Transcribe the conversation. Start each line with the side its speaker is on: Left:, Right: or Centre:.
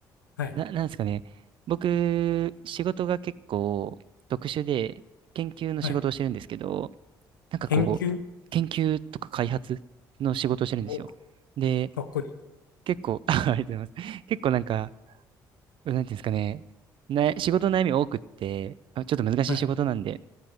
Left: はい。
Right: な、なんですかね、僕、仕事が結構特殊で研究の仕事をしてるんですけど、
Left: はい。
Right: なんかこう、
Left: 研究
Right: 研究とか開発の仕事をしてるんですよ。
Left: おか
Right: で、
Left: っこいい。
Right: 結構、<laughs> ありがとうございます。結構なんか、なんていうんですかね。な、仕事の悩み多くって、あ、ちょっと難しい仕事なんで、
Left: はい。